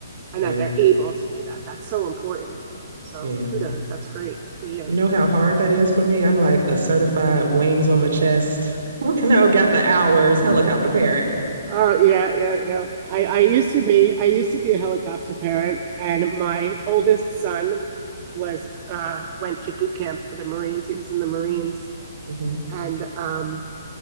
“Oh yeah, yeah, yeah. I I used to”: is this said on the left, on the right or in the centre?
Right